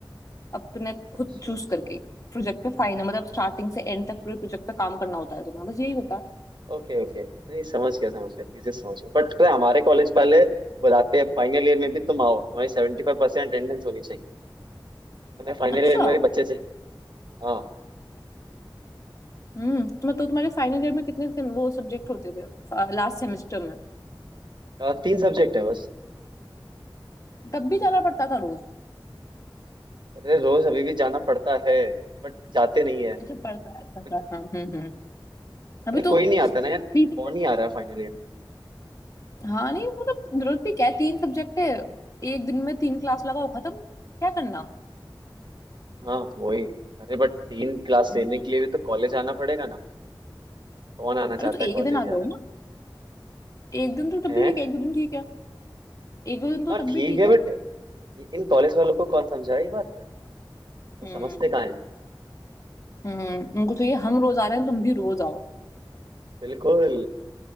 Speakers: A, on the left; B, on the right.
A: अपने खुद
B: अच्छा
A: चूज
B: अच्छा
A: करके प्रोजेक्ट पे फाइन है मतलब स्टार्टिंग से एंड तक पूरे प्रोजेक्ट पे काम करना होता है तुम्हें बस यही होता है
B: ओके ओके नहीं समझ गया समझ गया थीसिस समझ गया बट पता है हमारे कॉलेज वाले बुलाते हैं फाइनल ईयर में भी तुम आओ तुम्हारी सेवेंटी फाइव परसेंट अटेंडेंस होनी चाहिए तुम्हें फाइनल
A: अच्छा
B: ईयर में भी बच्चे चाहिए हाँ
A: हम्म तुम्हें तो तुम्हारे फाइनल ईयर में कितने से वो सब्जेक्ट होते थे लास्ट सेमेस्टर में
B: अ, तीन सब्जेक्ट है बस
A: तब भी जाना पड़ता था रोज
B: अरे रोज अभी भी जाना पड़ता है बट जाते नहीं है
A: अच्छा पड़ता है अच्छा अच्छा,
B: बट-
A: हाँ हम्म हम्म अभी
B: अरे
A: तो
B: कोई नहीं आता ना यार
A: तीन सब्जेक्ट
B: कौन ही आ रहा है फाइनल ईयर में
A: हाँ नहीं वो तो रोज भी क्या है, तीन सब्जेक्ट है एक दिन में तीन क्लास लगाओ खत्म क्या करना
B: हाँ वही अरे बट तीन क्लास
A: अरे
B: लेने के लिए भी तो कॉलेज आना पड़ेगा ना कौन आना
A: अरे
B: चाहता
A: तो
B: है
A: एक ही
B: कॉलेज
A: दिन आ
B: यार
A: जाओ
B: अब
A: ना एक दिन तो तब
B: है
A: भी ठीक है एक दो दिन ठीक है एक दो दिन तो
B: हाँ
A: तब
B: ठीक
A: भी ठीक
B: है
A: है
B: बट इन कॉलेज वालों को कौन समझाए ये बात वो
A: हम्म
B: समझते कहाँ है
A: हम्म उनको चाहिए हम रोज आ रहे हैं तुम भी रोज आओ
B: बिल्कुल